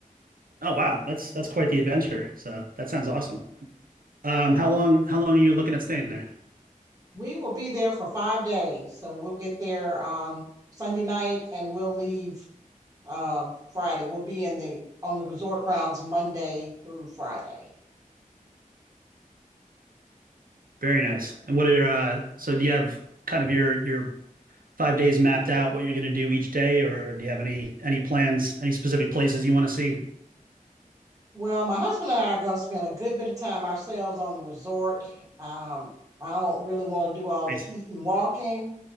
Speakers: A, on the right (about 80°); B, on the right (about 25°).
A: Oh, wow. That's, that's quite the adventure. So that sounds awesome. Um, how long, how long are you looking at staying there?
B: We will be there for five days, so we'll get there um, Sunday night and we'll leave um, Friday. We'll be in the on the resort grounds Monday through Friday.
A: Very nice. And what are your, uh, so do you have kind of your, your five days mapped out what you're going to do each day, or do you have any, any plans, any specific places you want to see?
B: Well, my husband and I are going to spend a good bit of time ourselves on the resort. Um, I don't really want to do all the
A: Nice.
B: heat and walking,